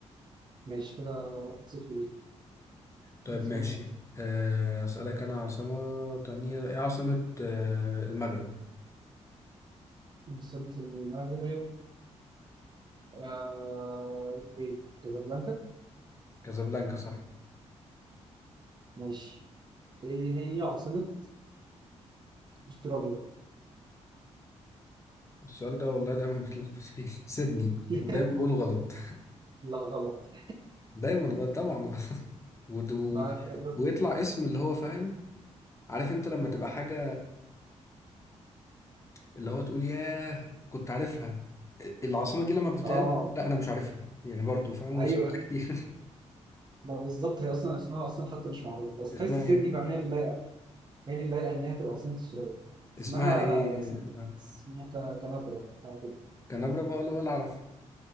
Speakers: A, on the right; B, on the left.
A: ماشي كده واحد صفر ليه
B: طيب
A: مثلا
B: ماشي آه، اسالك انا عاصمه تانية ايه عاصمه آه، المغرب
A: أنت وصلت المغرب آه، كازابلانكا
B: كازابلانكا صح
A: ماشي إيه هي عاصمة أستراليا؟
B: السؤال ده والله دايما بتلخبط فيه <laughs> سيدني
A: <laughs>
B: ودايما بقوله غلط
A: لا غلط
B: دايما غلط طبعا غلط <laughs> ود- و...
A: ما تقدر
B: ويطلع اسم اللي هو فاهم عارف انت لما تبقى حاجه اللي هو تقول ياه كنت عارفها العاصمة دي لما بتتقال
A: آه
B: بقول لا أنا مش عارفها يعني برضو فاهم
A: أيوه
B: وسمعتها كتير
A: ما بالظبط هي أصلا اسمها أصلا حتى مش معروف بس
B: <laughs> اسمها
A: تحس سيدني
B: إيه
A: بقى هي اللي لايقة هي اللي لايقة إن هي تبقى عاصمة أستراليا
B: اسمها
A: اسمها
B: إيه آه.
A: اسمها ك- كانبرا حاجة كده.
B: كنبرة بقى ولا ولا أعرف